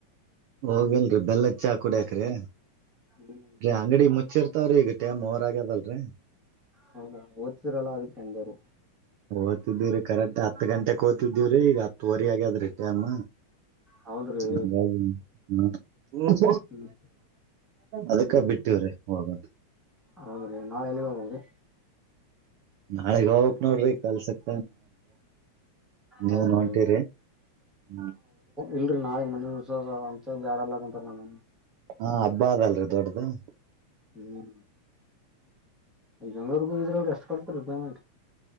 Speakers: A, on the right (about 75°); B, in the centre.
A: ಹೋಗಲ್ರಿ ಬೆಲ್ಲ ಚ ಕುಡಿಯಾಕ್ರಿ
B: ಹ್ಮ್
A: ಅಂಗಡಿ ಮುಚ್ಚಿರ್ತಾವ್ರೀ ಈಗ ಟಮ್ ಓವರ್ ಆಗ್ಯದಲ್ರರಿ
B: ಹೌದಾ ಓದ್ತಿದ್ರಲ್ಲ ಅದಕ್ಕೆ ಅಂದೇರಿ
A: ಓದ್ತಿದ್ದೀವ್ರೀ ಕರೆಕ್ಟ್ ಹತ್ತು ಗಂಟೆಕ್ ಓ್ತಿದ್ದೀವ್ರಿ ಈಗ ಹತ್ತುವರಿ ಆಗ್ಯಾದ್ರಿ ಟೇಮ್
B: ಹೌದ್ರಿ
A: <unintelligible> ಹ್ಮ
B: ಹ್ಮ್
A: ಅದಕ್ಕ
B: ಹ್ಮ್
A: ಬಿಟ್ಟವ್ರೀ ಹೋಗೋದು
B: ಹೌದ್ರಿ ನಾಳೆ ಎಲ್ಲಿಗೆ ಹೋಗದ್ರಿ
A: ನಾಳೆಗ್ ಹೋಗಕ್ ನೋಡ್ರಿ ಕೆಲ್ಸಕ್ ನೀವ
B: ಹೌದ್ರಿ
A: ನೋಟಿರಿ ಹ್ಮ
B: ಇಲ್ರರಿ ನಾಳೆ ಮನ ಅಂತ ಬ್ಯಾಡ ಅಲ್ಲಂತ ನ
A: ಹಾ ಹಬ್ಬ ಅದಲ್ರೀ ದೊಡ್ಡ್ದ <inaudible>
B: ಹ್ಮ್ ಬೆಂಗಳೂರಗೆ ಹೋಗಿ ಇದ್ರಲ್ಲಿ ಎಷ್ಟ ಕೊಡ್ತೀ ಪೇಮೆಂಟ್